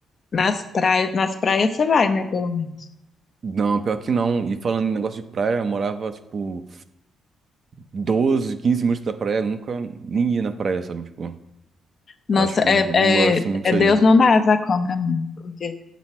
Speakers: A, on the left; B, on the right.
A: nas praias. Nas praias você vai, né, pelo menos.
B: Não, pior que não. E falando em negócio de praia, eu morava, tipo, 12 15 minutos da praia. Nunca nem ia na praia, sabe? Tipo,
A: Nossa,
B: eu acho que
A: é,
B: não gosto
A: é,
B: muito disso
A: é Deus
B: aí.
A: não dá asa à cobra mesmo, porque